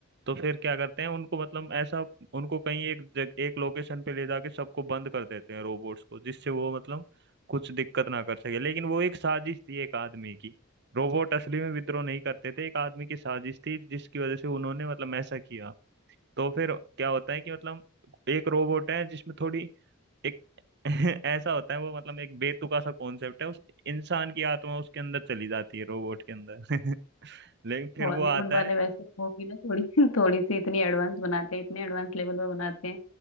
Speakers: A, on the right; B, on the left.
A: तो फिर क्या करते हैं उनको मतलब ऐसा उनको कहीं एक जग, एक लोकेशन पे ले जाके सबको बंद कर देते हैं रोबोट्स को जिससे वो मतलब कुछ दिक्कत ना कर सके लेकिन वो एक साजिश थी एक आदमी की रोबोट असली में विद्रोह नहीं करते थे एक आदमी की साजिश थी जिसकी वजह से उन्होंने मतलब ऐसा किया तो फिर क्या होता है कि मतलब एक रोबोट है जिसमें थोड़ी एक <laughs> ऐसा होता है वो मतलब एक बेतुका सा कॉन्सेप्ट है उस इंसान की आत्मा उसके अंदर चली जाती है रोबोट के अंदर <laughs> लेकिन फिर
B: हॉलीवुड
A: वो आता
B: वाले
A: है
B: वैसे मूवी ना थोड़ी <laughs> थोड़ी सी इतनी एडवांस बनाते हैं इतने एडवांस लेवल पर बनाते हैं